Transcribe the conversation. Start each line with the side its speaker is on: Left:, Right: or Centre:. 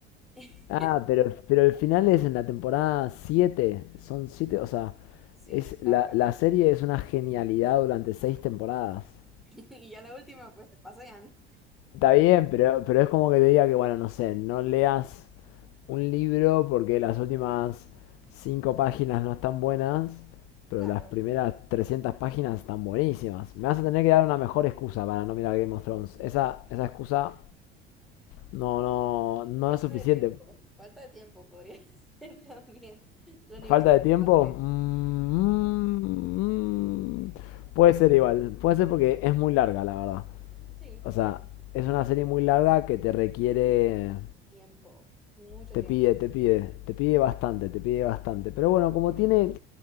Centre: <laughs>
Left: Ah, pero, pero el final es en la temporada 7, Son 7, o sea,
Centre: Sí,
Left: es,
Centre: claro.
Left: la, la serie es una genialidad durante 6 temporadas.
Centre: <laughs> Y ya la última, pues se pasean.
Left: Está bien, pero, pero es como que te diga que, bueno, no sé, no leas un libro porque las últimas 5 páginas no están buenas, pero
Centre: Claro.
Left: las primeras 300 páginas están buenísimas. Me vas a tener que dar una mejor excusa para no mirar Game of Thrones. Esa, esa excusa no, no, no
Centre: Falta
Left: es suficiente.
Centre: de tiempo, falta de tiempo podría <laughs> ser también la Universidad
Left: ¿Falta de tiempo?
Centre: de
Left: Mm, mm, puede ser igual. Puede ser porque es muy larga, la verdad.
Centre: Sí,
Left: O sea, es una serie muy larga que te requiere.
Centre: tiempo, mucho
Left: Te
Centre: tiempo.
Left: pide, te pide. Te pide bastante, te pide bastante. Pero bueno, como tiene.